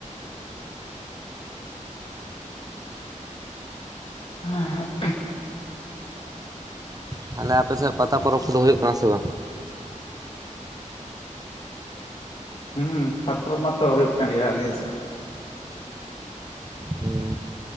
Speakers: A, on the left; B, on the right.
A: ᱦᱮᱸ ᱾
B: ᱛᱷᱟᱞᱮ ᱟᱯᱮᱥᱮᱫ ᱯᱟᱛᱟ ᱯᱚᱨᱚᱵᱽ ᱠᱚᱫᱚ ᱦᱩᱭᱩᱜ ᱠᱟᱱᱟ ᱥᱮ ᱵᱟᱝ?
A: ᱦᱩᱸ ᱯᱟᱛᱚᱨ ᱢᱟᱛᱚ ᱦᱩᱭᱩᱜ ᱠᱟᱱ ᱜᱮᱭᱟ ᱟᱹᱞᱤᱧ ᱥᱮᱫ ᱦᱚᱸ ᱾
B: ᱦᱩᱸ